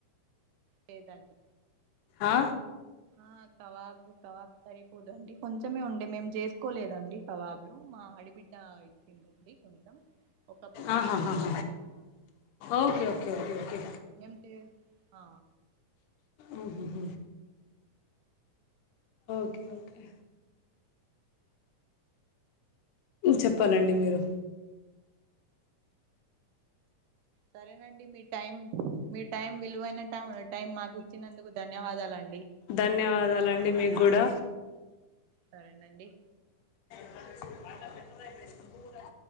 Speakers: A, on the right (about 80°); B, on the left (about 80°).
A: లేదండి
B: ఆ
A: ఆ కబాబు కబాబు సరిపోదండి కొంచెమే ఉండే మేము చేస్త కోలేదండి కబాబు మా అడబిడ్డ ఇచ్చిందండి కొంచెం ఒక పూటకి
B: ఆహాహహ ఓకే ఓకే ఓకే ఓకే
A: ఏమిటి ఆ
B: ఆహహ ఓకే ఓకే చెప్పాలండి మీరు
A: సరేనండి మీ టైం మీ టైం విలువైన టై టైం మాకు ఇచ్చినందుకు ధన్యవాదాలండి
B: ధన్యవాదాలు అండి మీకు కూడా
A: సరేనండి
B: అ పెట్ట <unintelligible>